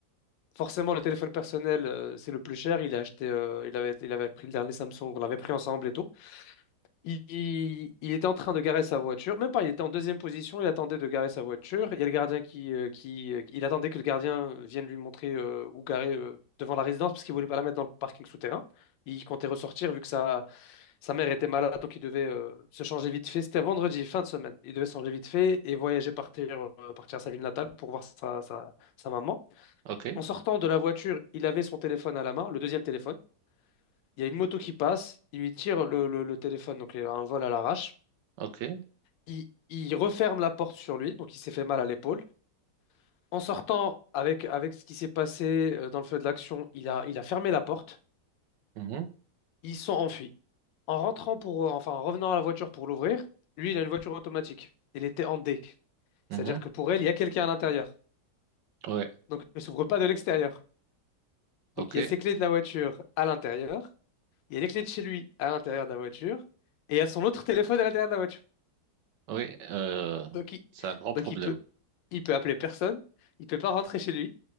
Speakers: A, on the left; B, on the right.
A: Forcément, le téléphone personnel, euh, c'est le plus cher. Il a acheté, euh, il avait, il avait pris le dernier Samsung, on l'avait pris ensemble et tout. Il, il- il était en train de garer sa voiture, même pas, il était en deuxième position, il attendait de garer sa voiture. Il y a le gardien qui, euh, qui, euh, il attendait que le gardien vienne lui montrer euh, où garer euh, devant la résidence parce qu'il voulait pas la mettre dans le parking souterrain. Il comptait ressortir vu que sa, sa mère était malade, donc il devait euh, se changer vite fait. C'était un vendredi, fin de semaine. Il devait se changer vite fait et voyager, partir, euh, partir à sa ville natale pour voir sa, sa, sa maman.
B: Ok,
A: En sortant de la voiture, il avait son téléphone à la main, le deuxième téléphone. Il y a une moto qui passe, il lui tire le, le- le téléphone, donc il a un vol à l'arrache
B: ok,
A: il, il referme la porte sur lui, donc il s'est fait mal à l'épaule. En sortant avec, avec ce qui s'est passé euh, dans le feu de l'action, il a, il a fermé la porte.
B: mhm,
A: Ils sont enfuis. En rentrant pour, euh, enfin, en revenant à la voiture pour l'ouvrir, lui, il a une voiture automatique. Il était en D. C'est-à-dire
B: mhm.
A: que pour elle, il y a quelqu'un à l'intérieur.
B: Ouais,
A: Donc, elle ne s'ouvre pas de l'extérieur.
B: ok,
A: Donc, il y a ses clés de la voiture à l'intérieur. Il y a les clés de chez lui à l'intérieur de la voiture. Et il y a son autre téléphone à l'intérieur de la voiture.
B: oui, euh,
A: Donc il,
B: c'est un grand problème.
A: donc il peut, il peut appeler personne, il peut pas rentrer chez lui